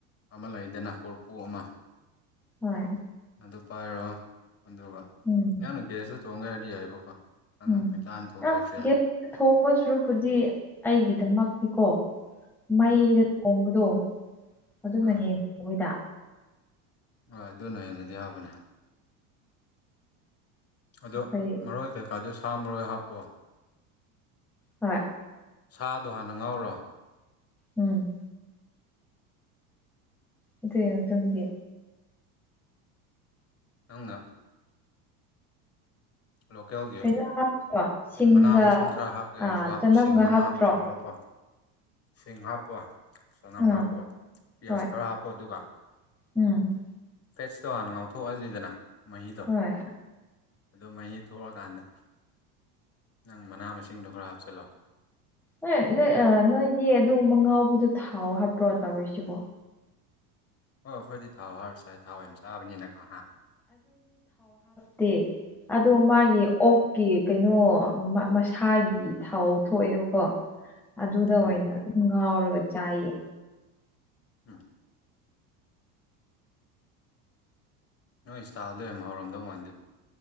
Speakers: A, on the left; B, in the centre.
A: ꯑꯃ ꯂꯩꯗꯅ ꯀꯣꯔꯐꯨ ꯑꯃ
B: ꯍꯣꯏ
A: ꯑꯗꯨ ꯄꯥꯏꯔꯣ ꯑꯗꯨꯒ
B: ꯎꯝ
A: ꯅꯪꯅ ꯒ꯭ꯌꯥꯁꯇ ꯊꯣꯡꯒꯦ ꯍꯥꯏꯗꯤ ꯌꯥꯏꯑꯕꯀꯣ ꯅꯪꯅ
B: ꯎꯝ
A: ꯃꯩꯇꯥꯟ ꯊꯣꯡꯒꯦ
B: ꯑꯥ
A: ꯍꯥꯏꯔꯁꯨ ꯌꯥꯏ
B: ꯒꯦꯁꯇ ꯊꯣꯡꯕ ꯁꯨꯔꯨꯄꯨꯗꯤ ꯑꯩꯒꯤꯗꯃꯛꯇꯤꯀꯣ ꯃꯩꯗ
A: ꯑꯥ
B: ꯊꯣꯡꯕꯗꯣ ꯑꯗꯨꯅ
A: ꯑꯥ
B: ꯍꯦꯟꯅ ꯑꯩꯈꯣꯏꯗ
A: ꯍꯣꯏ ꯑꯗꯨꯅ ꯍꯦꯟꯅꯗꯤ ꯍꯥꯎꯕꯅꯦ ꯑꯗꯣ
B: ꯑꯩꯈꯣꯏ
A: ꯃꯔꯣꯏ ꯀꯩꯀꯥꯗꯣ ꯁꯥ ꯃꯔꯣꯏ ꯍꯥꯞꯄꯣ
B: ꯍꯣꯏ
A: ꯁꯥꯗꯣ ꯍꯥꯟꯅ ꯉꯧꯔꯣ
B: ꯎꯝ ꯑꯗꯨ ꯃꯇꯨꯡꯗꯤ
A: ꯅꯪꯅ ꯂꯣꯀꯦꯜꯒꯤ
B: ꯀꯩꯅꯣ ꯍꯥꯞꯇ꯭ꯔꯣ ꯁꯤꯡꯒ
A: ꯃꯅꯥ ꯃꯁꯤꯡ ꯈꯔ ꯍꯥꯞꯀꯦ ꯍꯥꯏꯔꯁꯨ
B: ꯑꯥ
A: ꯍꯥꯞꯄ
B: ꯆꯅꯝꯒ
A: ꯁꯤꯡ ꯃꯅꯥ
B: ꯍꯥꯞꯇ꯭ꯔꯣ
A: ꯍꯥꯞꯀꯦ ꯍꯥꯏꯔꯁꯨ ꯍꯥꯞꯄꯣ ꯁꯤꯡ ꯍꯥꯞꯄꯣ ꯆꯅꯝ
B: ꯑꯥ
A: ꯍꯥꯞꯄꯣ ꯄꯤꯌꯥꯁ
B: ꯍꯣꯏ
A: ꯈꯔ ꯍꯥꯞꯄꯣ ꯑꯗꯨꯒ
B: ꯎꯝ
A: ꯐꯦꯁꯇꯣ ꯍꯥꯟꯅ ꯉꯥꯎꯊꯣꯛꯑꯅꯤꯗꯅ ꯃꯍꯤꯗꯣ
B: ꯍꯣꯏ
A: ꯑꯗꯨ ꯃꯍꯤ ꯊꯣꯛꯑꯀꯥꯟꯗ ꯅꯪ ꯃꯅꯥ ꯃꯁꯤꯡꯗꯣ ꯈꯔ ꯍꯥꯞꯆꯤꯜꯂꯣ
B: ꯍꯣꯏ ꯅꯣꯏ ꯅꯣꯏꯗꯤ ꯑꯗꯨꯒꯨꯝꯕ ꯉꯥꯎꯕꯗꯣ ꯊꯥꯎ ꯍꯥꯏꯄ꯭ꯔꯣ ꯇꯧꯔꯤꯁꯤꯕꯣ
A: ꯑꯣ ꯑꯩꯈꯣꯏꯗꯤ ꯊꯥꯎ ꯍꯞꯔꯥ ꯆꯥꯏ ꯊꯥꯎ ꯌꯥꯝ ꯆꯥꯕꯅꯤꯅꯀꯣ ꯍꯥ
B: ꯇꯦ ꯑꯗꯣ ꯃꯥꯒꯤ ꯑꯣꯛꯀꯤ ꯀꯩꯅꯣ ꯃꯁꯥꯒꯤ ꯊꯥꯎ ꯊꯣꯛꯑꯦꯕꯀꯣ ꯑꯗꯨꯗ ꯑꯣꯏꯅ
A: ꯎꯝ
B: ꯑꯗꯨꯝ ꯉꯥꯎꯔꯒ ꯆꯥꯏꯌꯦ
A: ꯎꯝ ꯅꯣꯏ ꯏꯟꯁꯇꯥꯜꯗꯣ ꯌꯥꯝ ꯍꯧꯔꯝꯗꯧ ꯃꯥꯟꯗꯦ